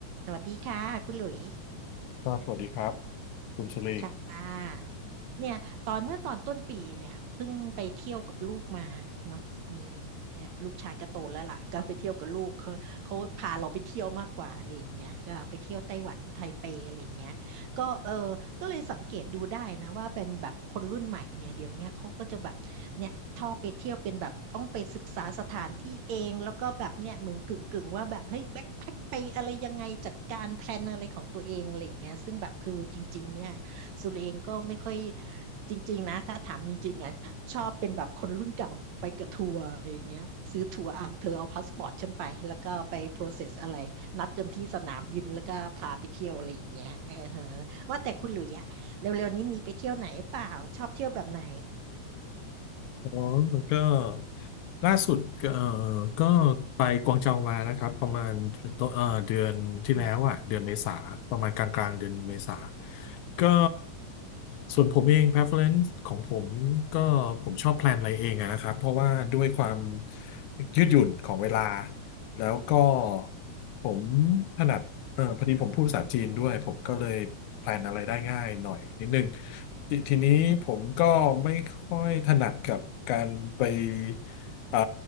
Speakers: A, on the right; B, on the left.
A: สวัสดีค่ะคุณหลุย
B: ครับสวัสดีครับคุณสุรี
A: ค่ะเนี่ยตอนเมื่อตอนต้นปีเนี่ยเพิ่งไปเที่ยวกับลูกมาเนาะมีเนี่ยลูกชายก็โตแล้วล่ะก็ไปเที่ยวกับลูกเขาเขาพาเราไปเที่ยวมากกว่าอะไรอย่างเงี้ยก็ไปเที่ยวไต้หวันไทเปอะไรอย่างเงี้ยก็เออก็เลยสังเกตดูได้นะว่าเป็นแบบคนรุ่นใหม่เนี่ยเดี๋ยวเนี้ยเขาก็จะแบบเนี่ยชอบไปเที่ยวเป็นแบบต้องไปศึกษาสถานที่เองแล้วก็แบบเนี่ยเหมือนกึ่งกึ่งว่าแบบเฮ้ยแบ็คแพ็คไปอะไรยังไงจัดการแพลนอะไรของตัวเองอะไรอย่างเงี้ยซึ่งแบบคือจริงๆเนี่ย สุรเองก็ไม่ค่อยจริงๆนะถ้าถามจริงๆอ่ะชอบเป็นแบบคนรุ่นเก่าไปกับทัวร์อะไรอย่างเงี้ยซื้อทัวร์อ่ะเธอเอาพาสปอร์ตฉันไปแล้วก็ไป process อะไรนัดกันที่สนามบินแล้วก็พาไปเที่ยวอะไรอย่างเงี้ยเออฮะว่าแต่คุณหลุยอะเร็วๆนี้มีไปเที่ยวไหนเปล่าชอบเที่ยวแบบไหน
B: อ๋อก็ล่าสุดก็เอ่อก็ไปกวางโจวมานะครับประมาณต้นเอ่อเดือนที่แล้วอ่ะเดือนเมษาประมาณกลางกลางเดือนเมษา
A: อ่า
B: ก็ส่วนผมเอง preference ของผมก็ผมชอบแพลนอะไรเองอะนะครับเพราะว่าด้วยความยืดหยุ่นของเวลาแล้วก็ผมถนัด เออพอดีผมพูดภาษาจีนด้วยผมก็เลยแพลนอะไรได้ง่ายหน่อยนิดนึงททีนี้ผมก็ไม่ค่อยถนัดกับการไป
A: อ๋อ
B: เอ่อ